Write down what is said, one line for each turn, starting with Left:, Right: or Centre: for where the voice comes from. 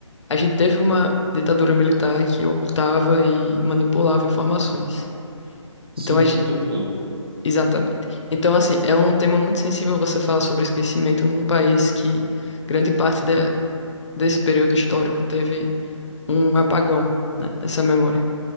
Left: a gente teve uma ditadura militar que ocultava e manipulava informações.
Right: Sim,
Left: Então, a,
Right: o tempo todo.
Left: Exatamente. Então, assim, é um tema muito sensível você falar sobre esquecimento num país que grande parte de- desse período histórico teve um apagão, né, nessa memória.